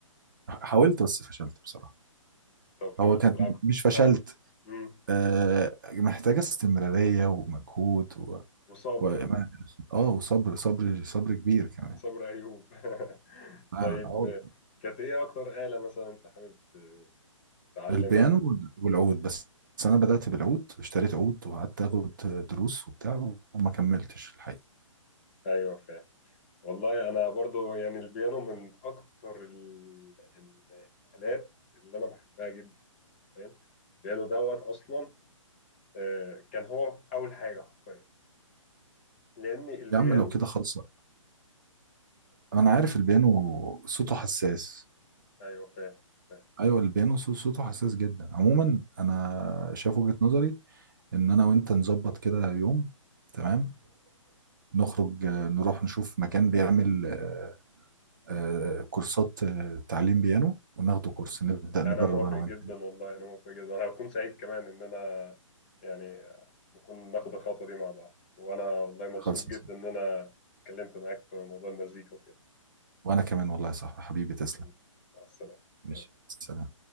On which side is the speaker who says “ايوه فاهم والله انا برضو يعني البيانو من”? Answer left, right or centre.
Left